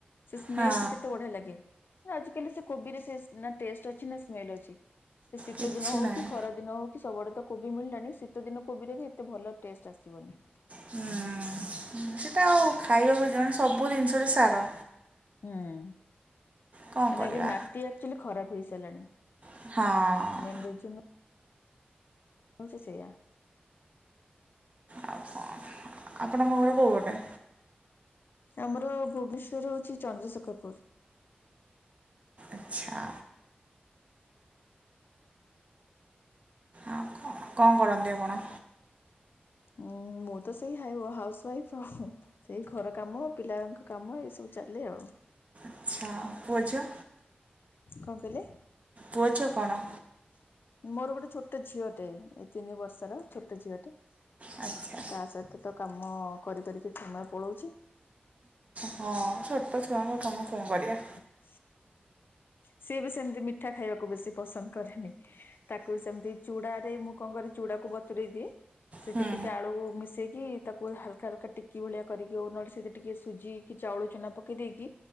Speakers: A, on the left; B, on the right.
A: ସେ ସ୍ମେଲ
B: ହଁ
A: କେତେ ବଢିଆ ଲାଗେ। ଆଜିକାଲି ସେ କୋବିରେ ସେ ନା ଟେଷ୍ଟ ଅଛି ନା ସ୍ମେଲ ଅଛି ସେ ଶୀତ
B: କିଛି
A: ଦିନ ହଉ
B: ନାହିଁ
A: କି ଖରା ଦିନ। ଶୀତ ଦିନ ହଉ କିି ସବୁଡଳେ ତ କୋବି ମିଳିଲାଣିି ଶୀତ ଦିନ କୋବିରେ ବି ଏତେ ଭଲ ଟେଷ୍ଟ ଆସିବନି।
B: ହୁଁ ସେଟା ଆଉ। ହଉ ଖାଇବାକୁ ଜଣ ସବୁ ଜିନିଷ ରେ ସାର।
A: ହୁଁ ମାନେ
B: କ'ଣ କରିବା
A: ଏବେ ମାଟି ଆକ୍ଚଆଲି ଖରାପ ହେଇସାରିଲାଣି।
B: ହଁ।
A: ମେନ ରିଜିନ ହଉ ସେ ସେଇଆ।
B: ଆଉ କ'ଣ ଆପଣଙ୍କ ଘର କୋଉ ଗୋଟା।
A: ଆମର ଭୁବନେଶ୍ୱର ହଉଛି ଚନ୍ଦ୍ରଶେଖରପୁର।
B: ଆଚ୍ଛା। ଆଉ କ'ଣ କଣ କରନ୍ତି ଆପଣ?
A: ଉଁ ମୁଁ ତ ସେଇ ହାଇବ ହାଉସ ୱାଇଫ୍ ଆଉ। ଏଇ ଘର କାମ ପିଲାଙ୍କ କାମ ଏଇ ସବୁ ଚାଲେ ଆଉ।
B: ଆଚ୍ଛା ପୁଅ ଝିଅ।
A: କଣ କହିଲେ।
B: ପୁଅ ଝିଅ କଣ?
A: ମୋର ଗୋଟେ ଛୋଟ ଝିଅଟେ ଏ ତିନି ବର୍ଷର ଛୋଟ ଝିଅଟେ
B: ଆଚ୍ଛା
A: ତା ସହିତ ତ କାମ କରିକରି କି ସମୟ ପଳୋଉଛି।
B: ହଁ ଛୋଟ ଛୁଆଙ୍କ କାମ କଁ କରିବା।
A: ହୁଁ ସିଏ ବି ସେମିତି ମିଠା ଖାଇବାକୁ ବେଶୀ ପସନ୍ଦ କରେନି। ତାକୁ ସେମିତି ଚୁଡାରେ ମୁଁ କଣ କରେ ଚୁଡାକୁ ବତୁରଇ ଦିଏ। ସେଠି
B: ହୁଁ
A: ଟିକେ ଆଳୁ ମିଶେଇକି ତାକୁ ହାଲକା ହାଲକା ଟିକି ଭଳିଆ କରିକି ଅନଟ୍ସ ନହେଲେ ଟିକେ ସୁଜି କି ଚାଉଳ ଚୁନା ପକେଇ ଦେଇକି।